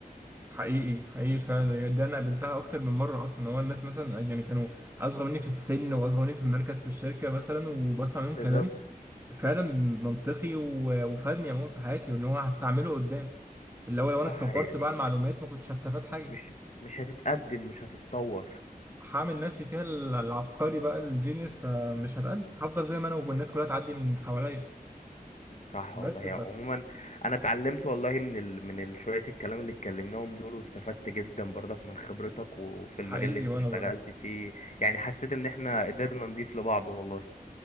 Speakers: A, on the right (about 15°); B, on the left (about 50°).
A: حقيقي حقيقي فعلا دي انا قابلتها اكتر من مره اصلا هو الناس مثلا يعني كانوا اصغر مني في السن واصغر مني في المركز في الشركه مثلا وبسمع منهم
B: بالظبط
A: كلام فعلا منطقي و- وفادني عموما في حياتي وان هو هستعمله قدام اللي هو لو
B: صح
A: انا اتكبرت
B: يعني
A: بقى على المعلومات ما كنتش هستفاد حاجه
B: مش مش هتتقدم مش هتتطور
A: هعمل نفسي فيها ال- العبقري بقى الجينيوس فمش هتقدم هفضل زي ما انا والناس كلها تعدي من حواليا
B: صح
A: بس
B: والله يا عموما انا اتعلمت والله من ال... من ال- شويه الكلام اللي اتكلمناهم دول واستفدت جدا برضك من خبرتك وفي
A: فحقيقي
B: المجال اللي انت
A: وانا
B: اشتغلت
A: برضه
B: فيه يعني حسيت ان احنا قدرنا نضيف لبعض والله